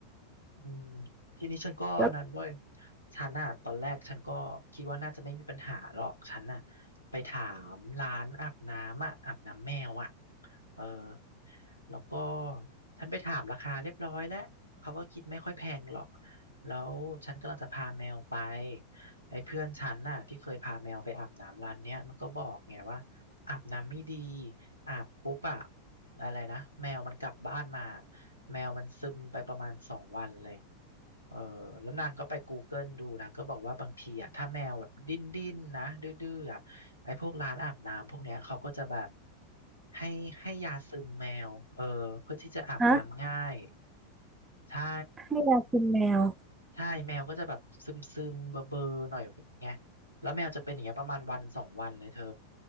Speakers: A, on the left; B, on the right.
A: อืมทีนี้ฉันก็นั้นเว้ย
B: แล้ว
A: ฉันอะตอนแรกฉันก็คิดว่าน่าจะไม่มีปัญหาหรอก ฉันอะไปถามร้านอาบน้ำอะอาบน้ำแมวอะเออแล้วก็ฉันไปถามราคาเรียบร้อยแล้วเขาก็คิดไม่ค่อยแพงหรอก แล้วฉันกำลังจะพาแมวไปไอ้เพื่อนฉันน่ะที่เคยพาแมวไปอาบน้ำร้านเนี้ยมันก็บอกไงว่าอาบน้ำไม่ดี อาบปุ๊บอะอะไรนะแมวมันกลับบ้านมาแมวมันซึมไปประมาณสองวันเลยเออแล้วนางก็ไป Google ดูนางก็บอกว่าบางทีอะถ้าแมวแบบดิ้นดิ้นนะดื้อๆอะไอ้พวกร้านอาบน้ำพวกเนี้ยเขาก็จะแบบให้ให้ยาซึมแมวเออเพื่อที่จะอาบน้ำง่าย
B: ฮะ
A: ใช่
B: ให้ยากินแมว
A: ใช่แมวก็จะแบบซึมซึมเบอเบอร์ๆหน่อยไงเงี้ยแล้วแมวจะเป็นอย่างเงี้ยประมาณวันสองวันเลยเธอ